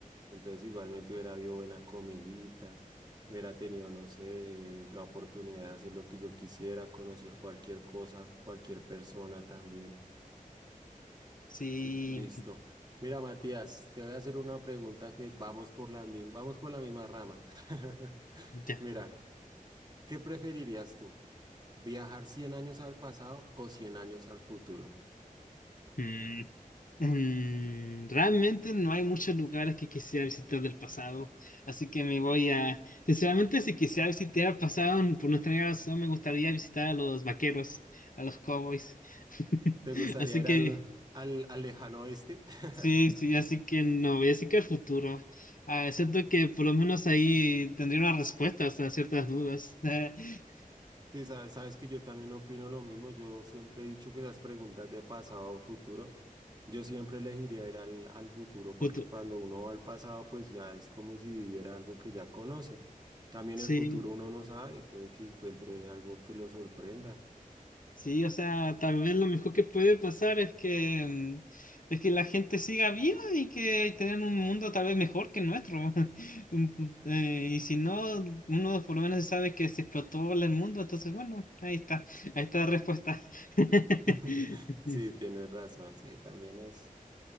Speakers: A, on the right; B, on the left.
A: Entonces, igualmente hubiera habido buena comidita, hubiera tenido, no sé, la oportunidad de hacer lo que yo quisiera, conocer cualquier cosa, cualquier persona también.
B: Sí,
A: <clears throat> Listo. Mira, Matías, te voy a hacer una pregunta que vamos por la, mi- vamos por la misma rama. <laughs>
B: ya.
A: Mira, ¿qué preferirías tú? ¿Viajar 100 años al pasado o 100 años al futuro?
B: Mm. Mm, realmente no hay muchos lugares que quisiera visitar del pasado, así que me voy a... Sinceramente, si quisiera visitar el pasado, por nuestra razón, me gustaría visitar a los vaqueros, a los cowboys. <laughs>
A: ¿Te gustaría
B: Así
A: ir
B: que,
A: al, al, al lejano oeste? <laughs>
B: sí, sí, así que no, voy a decir que el futuro. Ah, siento que por lo menos ahí tendría unas respuestas a ciertas dudas. <laughs>
A: Sí, sabes, sabes que yo también opino lo mismo. Yo siempre he dicho que las preguntas de pasado o futuro, yo siempre elegiría ir al, al futuro porque
B: futuro
A: cuando uno va al pasado, pues ya es como si viviera algo que ya conoce. También
B: Sí.
A: el futuro uno no sabe, puede que encuentre algo que lo sorprenda.
B: Sí, o sea, tal vez lo mejor que puede pasar es que, mm, es que la gente siga viva y que tengan un mundo tal vez mejor que el nuestro. <laughs> Un- eh, y si no, uno por lo menos sabe que se explotó el mundo, entonces bueno, ahí está, ahí está la respuesta. <laughs>
A: <laughs> Sí, tienes razón, sí, también es.